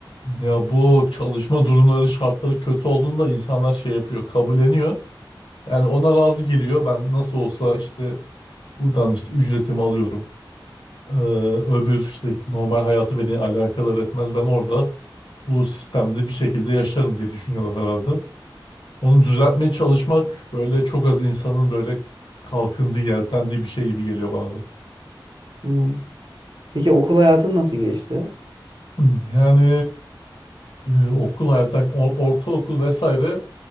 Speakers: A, on the left; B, on the right.
A: Ya bu çalışma durumları, şartları kötü olduğunda insanlar şey yapıyor, kabulleniyor. Yani ona razı geliyor. Ben nasıl olsa işte buradan işte ücretimi alıyorum. Ee, öbür işte normal hayatı beni alakadar etmez. Ben orada bu sistemde bir şekilde yaşarım diye düşünüyorlar herhalde. Onu düzeltmeye çalışmak böyle çok az insanın böyle kalkındığı, yeltendiği bir şey gibi geliyor bana da. <clears throat>
B: Hmm. Peki okul hayatın nasıl geçti?
A: Hmm, Yani e, okul hayatta, o- ortaokul vesaire